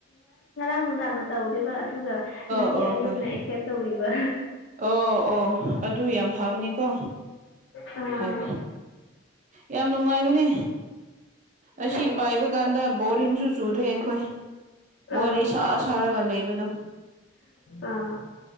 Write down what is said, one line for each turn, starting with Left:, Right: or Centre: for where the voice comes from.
Left: ꯑꯥ ꯅꯨꯡꯗꯥꯡꯅ ꯇꯧꯗꯣꯏꯕ ꯑꯗꯨꯒ ꯉꯁꯤ
Right: ꯑꯣ
Left: ꯑꯌꯨꯛꯅ
Right: ꯍꯣꯏ
Left: ꯑꯦꯛꯁꯦꯞ ꯇꯧꯕꯤꯕ
Right: ꯑꯣ ꯑꯣ ꯑꯗꯨ ꯌꯥꯝ ꯐꯕꯅꯤꯀꯣ
Left: ꯑꯥ
Right: ꯍꯥꯏ ꯌꯥꯝ ꯅꯨꯡꯉꯥꯏꯕꯅꯦ ꯑꯁꯤ
Left: ꯎꯝ
Right: ꯄꯥꯏꯕ ꯀꯥꯟꯗ ꯕꯣꯔꯤꯡꯁꯨ ꯆꯨꯗꯦ ꯑꯩꯈꯣꯏ
Left: ꯑꯥ
Right: ꯋꯥꯔꯤ ꯁꯥ ꯁꯥꯔꯒ ꯂꯩꯕꯗꯣ
Left: ꯑꯥ